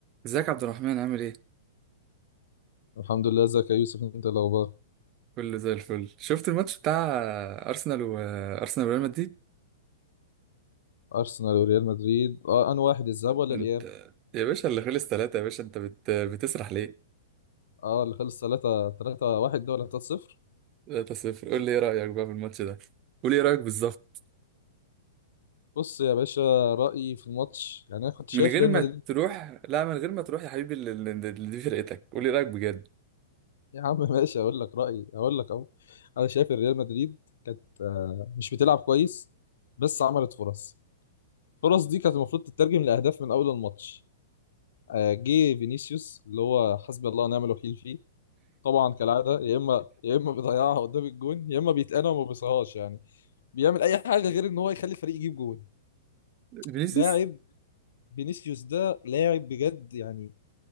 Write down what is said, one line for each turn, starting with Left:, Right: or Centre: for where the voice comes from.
Right: ازيك يا عبد الرحمن عامل ايه؟
Left: الحمد لله ازيك يا يوسف انت إيه الاخبار
Right: كله زي الفل شفت الماتش بتاع ارسنال وارسنال وريال مدريد؟
Left: ارسنال وريال مدريد اه انا واحد الذهاب ولا
Right: انت
Left: الاياب
Right: يا باشا اللي خلص ثلاثة يا باشا انت بت... بتسرح ليه؟
Left: اه اللي خلص 3 3 1 ده ولا 3 0
Right: 3-0 قول لي ايه رأيك بقى في الماتش ده؟ قول لي ايه رأيك بالظبط؟
Left: بص يا باشا رايي في الماتش يعني انا كنت شايف
Right: من غير
Left: ريال
Right: ما
Left: مدريد
Right: تروح لا من غير ما تروح يا حبيبي اللي, اللي دي فرقتك قول لي إيه رأيك بجد؟
Left: يا عم <laughs> ماشي اقول لك رايي اقول لك اهو انا شايف ان ريال مدريد كانت آه، مش بتلعب كويس بس عملت فرص الفرص دي كانت المفروض تترجم لاهداف من اول الماتش آه، جه فينيسيوس اللي هو حسبي الله ونعم الوكيل فيه طبعا كالعاده يا اما يا اما بيضيعها قدام الجون يا اما بيتقنع وما بيصهاش يعني بيعمل اي حاجه غير ان هو يخلي الفريق يجيب جول
Right: فينيسيوس
Left: لاعب فينيسيوس ده لاعب بجد يعني